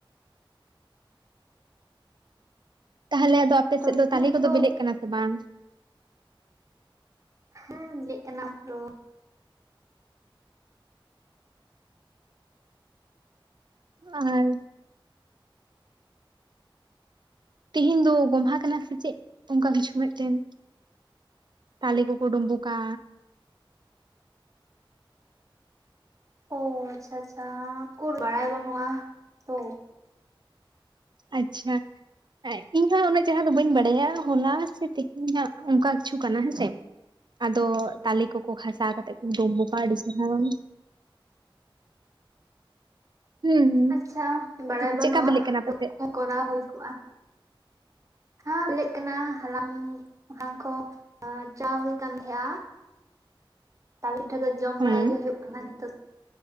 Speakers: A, on the right (about 55°); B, on the right (about 35°).
A: ᱛᱟᱦᱚᱞᱮ ᱟᱫᱚ ᱟᱯᱮ
B: ᱛᱚ
A: ᱥᱮᱫ ᱫᱚ
B: ᱛᱤᱦᱤᱧ
A: ᱛᱟᱞᱮ ᱠᱚᱫᱚ ᱵᱤᱞᱤᱜ ᱠᱟᱱᱟ ᱥᱮ ᱵᱟᱝ
B: ᱦᱩ ᱵᱤᱞᱤᱜ ᱠᱟᱱᱟ ᱛᱚ
A: ᱟ ᱦᱚᱭ ᱛᱤᱦᱤᱧ ᱫᱚ ᱜᱚᱢᱦᱟ ᱠᱟᱱᱟ ᱥᱮ ᱪᱮᱜ ᱚᱝᱠᱟ ᱠᱤᱪᱷᱩ ᱢᱤᱫᱴᱮᱱ ᱛᱟᱞᱮ ᱠᱚᱠᱚ ᱰᱩᱢᱩᱜᱟ
B: ᱚ ᱟᱪᱷᱟ ᱟᱪᱷᱟ ᱩᱠᱩᱨ ᱵᱟᱲᱟᱭ ᱵᱟᱹᱱᱩᱜ-ᱟ ᱛᱚ
A: ᱟᱪᱷᱟ ᱮᱭ ᱤᱧ ᱦᱚ ᱩᱱᱟᱹᱜ ᱪᱮᱦᱮᱨᱟ ᱫᱚ ᱵᱟᱹᱧ ᱵᱟᱰᱟᱭᱟ ᱦᱚᱞᱟ ᱥᱮ ᱛᱮᱦᱼᱼ ᱤᱧᱟᱜ ᱚᱝᱠᱟ ᱠᱤᱪᱷᱩ ᱠᱟᱱᱟ ᱦᱮᱸᱥᱮ ᱟᱫᱚ ᱛᱟᱞᱮ ᱠᱚ ᱠᱚ ᱠᱷᱟᱥᱟ ᱠᱟᱛᱮᱜ ᱠᱚ ᱰᱚᱠᱵᱚᱠᱟᱜᱟ ᱟᱹᱰᱤ ᱪᱮᱦᱮᱨᱟ ᱦᱩᱸ
B: ᱟᱪᱷᱟ ᱵᱟᱰᱟᱭ ᱵᱟᱹᱱᱩᱜ-ᱟ
A: ᱪᱮᱫᱠᱟ ᱵᱤᱞᱤᱜ ᱠᱟᱱᱟ
B: ᱛᱚ
A: ᱯᱟᱥᱮᱡ
B: ᱠᱚᱨᱟᱣ ᱦᱚᱭ ᱠᱚᱜ-ᱟ ᱦᱟ-ᱞᱮᱜ ᱠᱟᱱᱟ ᱦᱟᱞᱟᱝ ᱦᱟᱞᱟᱝ ᱠᱚ ᱪᱟ ᱦᱩᱭ ᱠᱟᱱ ᱛᱟᱦᱮᱸᱜ-ᱟ ᱛᱟᱞᱮ ᱴᱷᱟᱹᱠᱟᱹᱜ ᱡᱚᱢ
A: ᱦᱩᱸ
B: ᱵᱟᱲᱟᱭ ᱜᱮ ᱦᱩᱭᱩᱜ ᱠᱟᱱᱟ ᱱᱤᱛᱚᱜ